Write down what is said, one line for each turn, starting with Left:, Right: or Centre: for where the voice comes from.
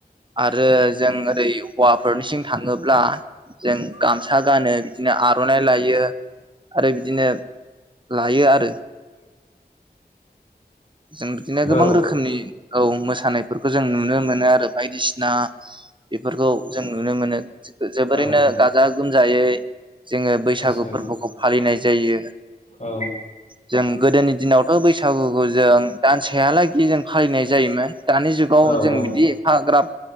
Right: आरो जों ओरै हौवाफोरनिसिं थाङोब्ला जों गामसा गानो बिदिनो आरनाइ लायो आरो बिदिनो लायो आरो जों बिदिनो
Left: औ
Right: गोबां रोखोमनि औ मोसानायफोरखौ जों नुनो मोनो आरो बायदिसिना बेफोरखौ जों नुनो मोनो जोबोरैनो
Left: औ औ
Right: गाजा गोमजायै। जोङो बैसागु
Left: मोसायो
Right: फोरबोखौ फालिनाय जायो
Left: औ
Right: जों गोदोनि दिनावथ बैसागुखौ जों दानसेहालागि जों फालिनाय जायोमोन दानि जुगाव
Left: औ
Right: जों
Left: औ
Right: बिदि हाग्राब